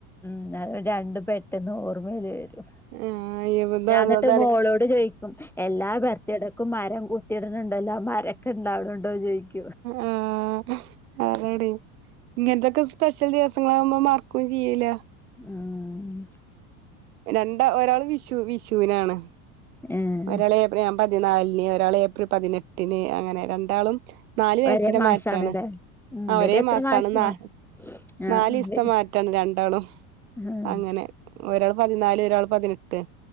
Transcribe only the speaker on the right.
ആഹ്
അതാണ്
ആഹ് അതടി ഇങ്ങൻത്തക്കെ സ്പെഷ്യൽ ദിവസങ്ങളാകുമ്പം മർക്കും ചെയ്യേല.
രണ്ടാ ഒരാള് വിഷു വിഷുനാണ്.
ഒരാൾ ഏപ്രിൽ ഞാ പതിനാല്ന് ഒരാള് ഏപ്രിൽ പതിനെട്ട്ന് അങ്ങനെ രണ്ടാളും നാല് വയസ്സിന്റെ
മാറ്റാണ്
ആഹ്
ഒരേ
മാസമാണ്
ന
നാല് ഇസ്ത്തെ
മാറ്റാണ് രണ്ടാളും
അങ്ങനെ ഒരാള് പതിനാല് ഒരാൾ പതിനെട്ട്